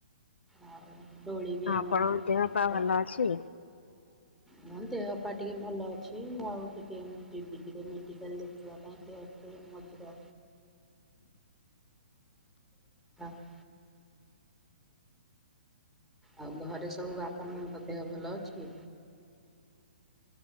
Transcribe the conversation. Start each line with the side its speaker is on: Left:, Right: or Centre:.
Centre: ଆଉ, ଦୋଳି ବି
Left: ଆପଣଙ୍କ
Centre: ଆମର
Left: ଦେହ ପାହ ଭଲ ଅଛି?
Centre: ମୋ ଦେହ ପାହ ଟିକେ ଭଲ ଅଛି। ଆଉ ଟିକେ ମୁଁ ଯିବି ଟିକେ ମେଡିକାଲ ଦେଖିବା ପାଇଁ ଦେହଟିକେ। ମଝିରେ। <unintelligible> ଆଉ ଘରେ ସବୁ ବାପା ମାଙ୍କ ଦେହ ଭଲ ଅଛି?